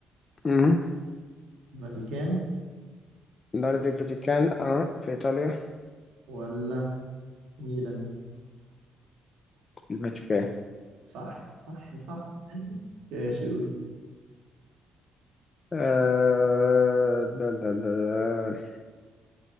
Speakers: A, on the left (about 35°); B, on the right (about 80°).
A: امم
B: فاتيكان
A: دولة الفاتيكان اه في ايطاليا
B: ولا ميلان
A: الفاتيكان
B: صح صح صح ماشي قول
A: آه ده ده ده ده.